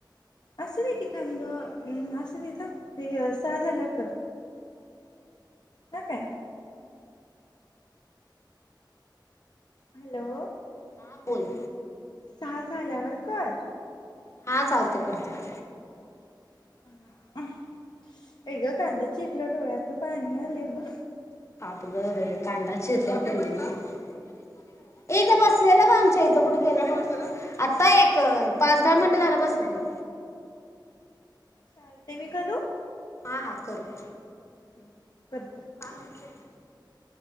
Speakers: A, on the left; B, on the left.
A: असूदे की थांबलं अं असूदे, थांब हे सहा झाल्यावर कर हा काय? हॅलो...
B: हा बोल
A: सहा झाल्यावर कर
B: हा चालतय करतो <inaudible>
A: <unintelligible> आई ग कांदा चिरलो डोळ्यातन पाणी <unintelligible> आले ब
B: आगं ग बाई कांदा चिरल्या तरी <inaudible> कुठं दिसलं नाही रे बाबा? ये इथ बसलेलं बघ आमच्या इथं कुठे गेलं? बघ कधी बसलेलं <unintelligible> आता एक पाच दहा मिनिटं झालं बसलेलो.
A: चालते मी करू
B: ह हा कर कर हा
A: <unintelligible>
B: <inaudible>